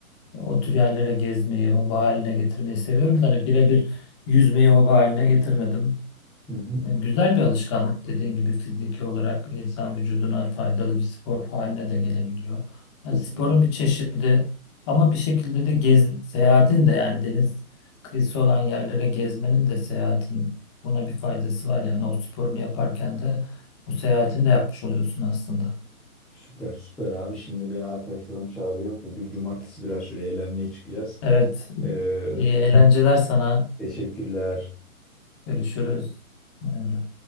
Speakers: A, on the left (about 20°); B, in the centre.
A: o tür yerlere gezmeyi, hobi haline getirmeyi seviyorum. da Hani birebir yüzmeyi hobi haline getirmedim.
B: Hı hı.
A: Güzel bir alışkanlık dediğin gibi fiziki olarak insan vücuduna faydalı bir spor haline de gelebiliyor.
B: Kesinlikle.
A: Yani sporun bir çeşidi ama bir şekilde de gez, seyahatin de yani deniz kıyısı olan yerlere gezmenin de seyahatin buna bir faydası var. Yani o sporunu yaparken de o seyahatini de yapmış oluyorsun aslında.
B: Süper süper abi. Şimdi beni arkadaşlarım çağırıyor. Bugün cumartesi biraz şöyle eğlenmeye çıkacağız.
A: Evet,
B: Ee,
A: iyi eğlenceler sana.
B: teşekkürler.
A: Görüşürüz Emre.